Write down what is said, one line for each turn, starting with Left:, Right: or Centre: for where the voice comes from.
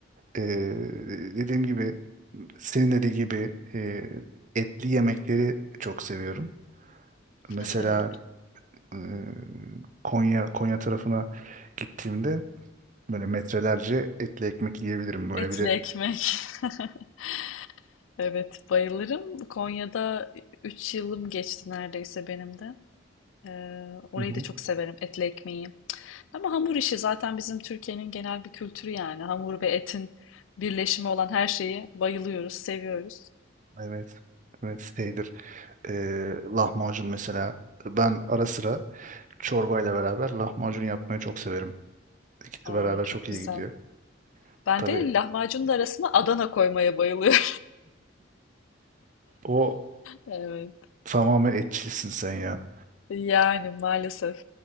Right: e, dediğim gibi senin dediği gibi e, etli yemekleri çok seviyorum. Mesela
Left: <laughs> evet.
Right: e, Konya Konya tarafına gittiğimde Böyle metrelerce etli ekmek yiyebilirim böyle
Left: Etli
Right: bir de
Left: ekmek. <laughs> Evet, bayılırım. Konya'da 3 yılım geçti neredeyse benim de. Ee, orayı
Right: Hı hı.
Left: da çok severim, etli ekmeği. Ama hamur işi zaten bizim Türkiye'nin genel bir kültürü yani. Hamur ve etin birleşimi olan her şeyi bayılıyoruz, seviyoruz.
Right: Evet. Evet şeydir. Ee, lahmacun mesela. Ben ara sıra çorbayla beraber lahmacun yapmayı çok severim. İkisi
Left: Aa,
Right: beraber
Left: çok
Right: çok
Left: güzel.
Right: iyi gidiyor.
Left: Ben
Right: Tabii
Left: de lahmacunun da arasına Adana koymaya bayılıyorum.
Right: o
Left: <laughs> Evet.
Right: tamamen etçilsin sen ya.
Left: Yani maalesef.